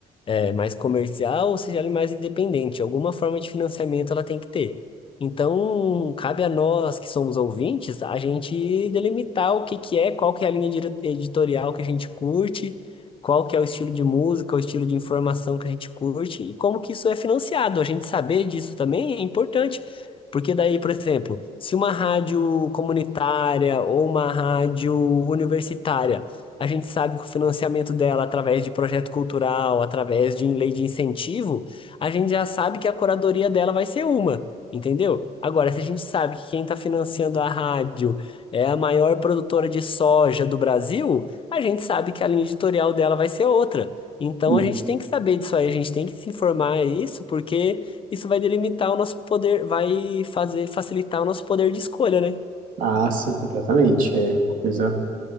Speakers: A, on the left; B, on the right.
A: é, mais comercial, ou seja, ela é mais independente. Alguma forma de financiamento ela tem que ter. Então, cabe a nós que somos ouvintes, a gente delimitar o que que é, qual que é a linha dire- editorial que a gente curte, qual que é o estilo de música, o estilo de informação que a gente curte e como que isso é financiado. A gente saber disso também é importante. Porque daí, por exemplo, se uma rádio comunitária ou uma rádio universitária a gente sabe que o financiamento dela, através de projeto cultural, através de lei de incentivo, a gente já sabe que a curadoria dela vai ser uma, entendeu? Agora, se a gente sabe que quem está financiando a rádio é a maior produtora de soja do Brasil, a gente sabe que a linha editorial dela vai ser outra. Então,
B: E-
A: a gente tem que saber disso aí, a gente tem que se informar a isso, porque isso vai delimitar o nosso poder, vai fazer facilitar o nosso poder de escolha, né?
B: ah, sim, completamente. É uma coisa